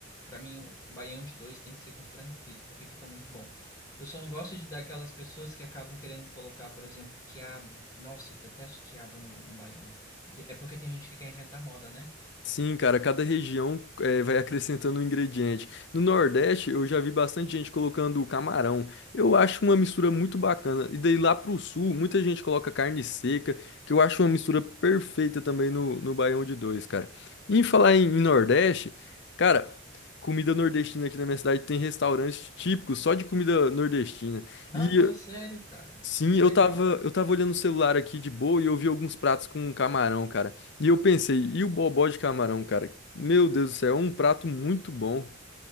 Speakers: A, on the left; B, on the left.
A: Pra mim, o baião de dois tem que ser com frango frito, porque fica muito bom. Eu só não gosto de daquelas pessoas que acabam querendo colocar, por exemplo, quiabo. Nossa, eu detesto quiabo no, no baião. Te- É porque tem gente que quer inventar moda, né?
B: Sim, cara, cada região eh, vai acrescentando um ingrediente. No Nordeste, eu já vi bastante gente colocando o camarão. Eu acho uma mistura muito bacana. E daí lá pro Sul, muita gente coloca carne seca, que eu acho uma mistura perfeita também no, no Baião de Dois, cara. E em falar em, em Nordeste, cara, comida nordestina aqui na minha cidade tem restaurantes típicos só de comida nordestina.
A: Ah,
B: E
A: fala sério, cara.
B: Sim,
A: Que
B: eu
A: legal.
B: tava, eu tava olhando o celular aqui de boa e eu vi alguns pratos com camarão, cara. E eu pensei, e o bobó de camarão, cara? Meu Deus do céu, é um prato muito bom.